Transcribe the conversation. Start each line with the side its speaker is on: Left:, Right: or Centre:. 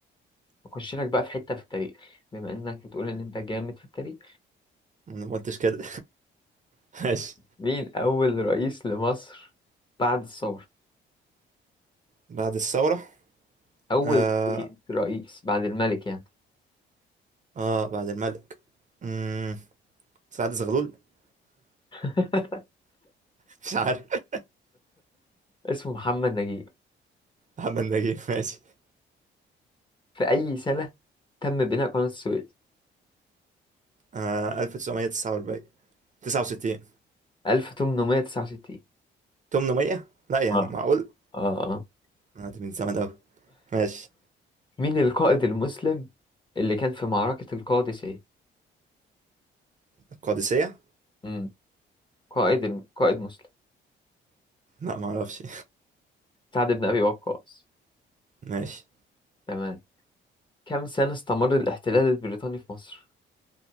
Left: أخش لك بقى في حتة في التاريخ بما إنك بتقول إن أنت جامد في التاريخ
Right: ما أنا قلتش كده <laughs> ماشي
Left: مين أول رئيس لمصر بعد الثورة؟
Right: بعد الثورة
Left: أول
Right: آه
Left: رئيس رئيس بعد الملك يعني
Right: آه بعد الملك مم، سعد زغلول <laughs>
Left: <laughs>
Right: مش عارف
Left: اسمه محمد نجيب
Right: محمد نجيب ماشي
Left: في أي سنة تم بناء قناة السويس؟
Right: آه 1949 69
Left: 1869
Right: 800 لا يا
Left: اه
Right: عم معقول
Left: اه اه
Right: آه دي من زمان أوي ماشي
Left: مين القائد المسلم اللي كان في معركة القادسية؟
Right: القادسية
Left: امم قائد الم... قائد مسلم
Right: لا ما اعرفش
Left: سعد بن أبي وقاص
Right: <laughs> ماشي
Left: تمام كم سنة استمر الاحتلال البريطاني في مصر؟